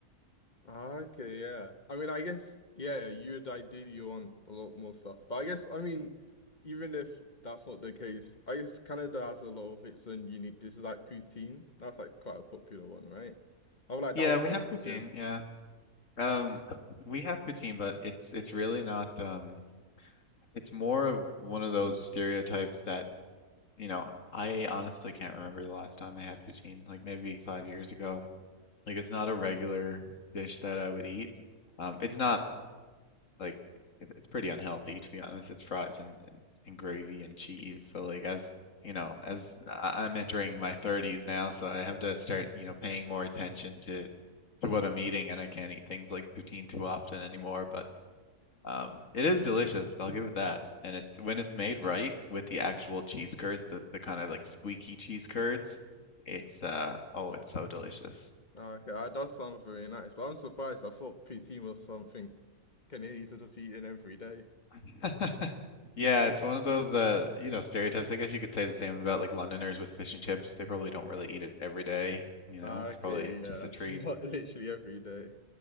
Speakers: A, on the left; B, on the left.
A: Ah, Okay, yeah. I mean, I guess yeah, you would ideally want a lot more stuff, but I guess I mean, even if that's not the case, I guess Canada has a lot of its own unique. This is like poutine. That's like quite a popular one, right? I would like
B: Yeah,
A: that one to
B: we have
A: be
B: poutine.
A: good.
B: Yeah. Um, we have poutine, but it's it's really not um it's more of one of those stereotypes that, you know, I honestly can't remember the last time I had poutine, like maybe five years ago. Like it's not
A: Oh,
B: a regular
A: wow.
B: dish that I would eat. Um, it's not like it, it's pretty unhealthy to be honest. It's fries and, and, and gravy and cheese. So like as you know, as I- I'm entering my 30s now, so I have to start, you know, paying more attention to to what I'm eating, and I can't eat things like poutine too often anymore. But um, it is delicious. I'll give it that. And it's when it's made right with the actual cheese curds, the, the kind of like squeaky cheese curds. It's uh oh, it's so delicious.
A: Ah, Okay, that does sound very nice, but I'm surprised. I thought poutine was something Canadians are just eating every day.
B: <laughs> Yeah, it's one of those the you know stereotypes. I guess you could say the same about like Londoners with fish and chips. They probably don't really eat it every day. You
A: Ah,
B: know, it's
A: No. Okay,
B: probably
A: yeah,
B: just a treat.
A: <laughs> not literally every day,